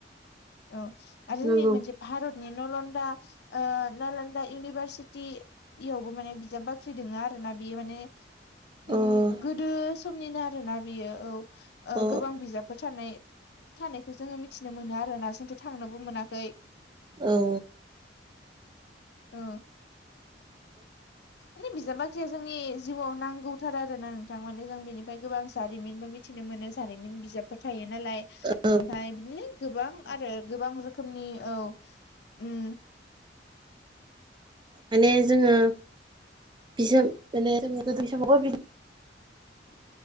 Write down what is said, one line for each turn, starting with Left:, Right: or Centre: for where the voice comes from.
Left: औ आरो जोंनि
Right: नंगौ
Left: मोनसे भारतनि नलन्दा ओ नोलोन्दा इउनिभारसिटि इयावबो माने बिजाब बाख्रि दोङो आरो ना बेयो माने उम
Right: अ
Left: गोदो समनिनो आरोना बेयो औ ओ
Right: अ
Left: गोबां बिजाब फोर थानाय थानायखौ जोङो मिथिनो मोनो आरोना जोंथ' थांनोबो मोनाखै।
Right: औ।
Left: औ माने बिजाब बाख्रिया जोंनि जिउआव नांगौथार आरो ना नोंथां माने जों बेनिफ्राय गोबां जारिमिनबो मि थिनो मोनो जारिमिन बिजाबफोर थायो नालाय।
Right: औ।
Left: ओमफाय बिदिनो गोबां आरो गोबां रोखोमनि औ उम
Right: माने जोङो बिजाब माने जोङो गोदोनि समावबो बि
Left: <inaudible>